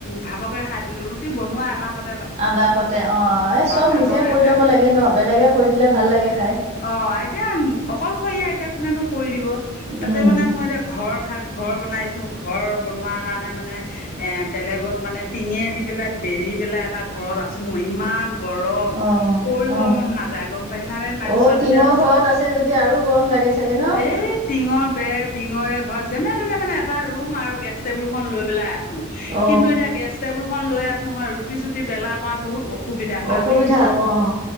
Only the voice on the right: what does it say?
এলাহতে অ'। এ চব
নিজে কৰি
ল'ব
লাগে ন। বেলেগে কৰি দিলে ভাল লাগে খাই।
উম
অ
অ
অ টিঙৰ
ঘৰত আছে যদি আৰু গৰম লাগে চাগে ন
অ
অসুবিধা
আকৌ অ